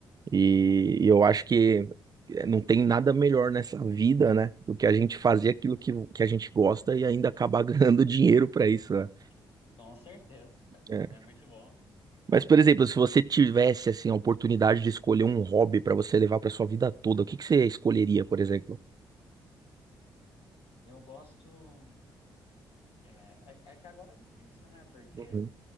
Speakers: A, on the right; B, on the left.
A: E, e eu acho que eh, não tem nada melhor nessa vida, né, do que a gente fazer aquilo que, que a gente gosta e ainda acabar <laughs> ganhando dinheiro pra isso,
B: Nossa,
A: né?
B: Com certeza. <laughs>
A: É.
B: É muito bom.
A: Mas, por exemplo, se você tivesse, assim, a oportunidade de escolher um hobby pra você levar pra sua vida toda, o que que você escolheria, por exemplo?
B: Eu gosto. É, é, é que agora é difícil, né? Porque
A: Uhum.